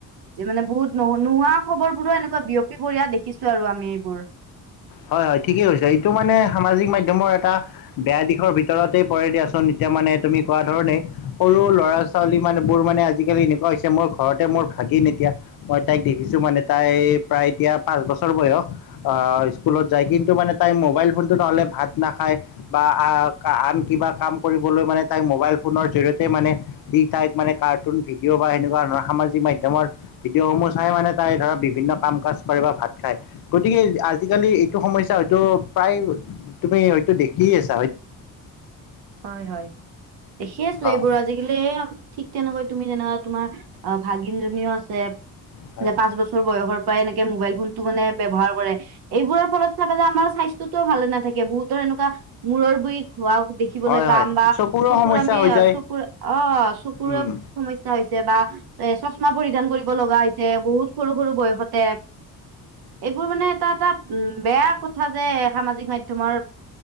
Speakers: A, on the right; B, on the left.
A: যে মানে বহুত নো -নোহোৱা খবৰ বোৰো এনেকুৱা বিয়পি পৰিয়া দেখিছো আৰু আমি এইবোৰ।
B: হয় হয় ঠিকেই কৈছা। এইটো মানে সামাজিক মাধ্যমৰ এটা বেয়া দিশৰ ভিতৰতেই পৰে দিয়াচোন এতিয়া মান নে তুমি কোৱা ধৰণে, সৰু ল'ৰা- ছোৱালী মান বোৰ মানে আজিকালি এনেকুৱা হৈছে মোৰ ঘৰতে মোৰ ভাগিন নেতিয়া মই তাইক দেখিছো মানে তাই প্ৰায় এতিয়া পাঁচ বছৰ বয়স। অ স্কুলত যায়, কিন্তু মানে তাই মোবাইল ফোনটো নহ'লে ভাত নাখায় বা আ আন কিবা কাম কৰিবলৈ মানে তাইক মোবাইল ফোনৰ জৰিয়তে মানে দি তাইক মানে কাৰ্টুন ভিডিঅ' বা সেনেকুৱা ধ সামাজিক মাধ্যমৰ ভিডিঅ'সমূহ চাই মানে তাই ধৰক বিভিন্ন কাম কাজ কৰে বা ভাত খায়। গ তিকে, আজিকালি এইটো সমস্যা হয়তো প্ৰায় তুমি হয়তো দেখি আছ
A: হয় হয়। দেখি আছো
B: অ',
A: এইবোৰ আজিকালি এইয়া ঠিক তেনেকৈ তুমি যেনেকা তোমাৰ আ ভাগিনজনীও আছে
B: হয়,
A: যে পাঁচ বছৰ বয়সৰ বা এনেকে মোবাইল ফোনতো মানে ব্যৱহাৰ কৰে, এইবোৰৰ ফলত চাবা যে আমাৰ স্বাস্থ্যটো ভালে নাথাকে বহুতৰে তেনুকা মূৰৰ বি খোৱাও দেখিবলৈ
B: হয়,
A: পাম
B: হয়,
A: বা
B: চকুৰো
A: চকুৰ
B: সমস্যা
A: আমি
B: হৈ যায়।
A: চকুৰ অ চকুৰে
B: উম,
A: সমস্যা হৈ ছে বা এ চচমা পৰিধান কৰিব লগা হৈছে বহুত সৰু সৰু বয়সতে। এইবোৰ মানে এটা এটা উম বেয়া কথা যে সামাজিক মাধ্যমৰ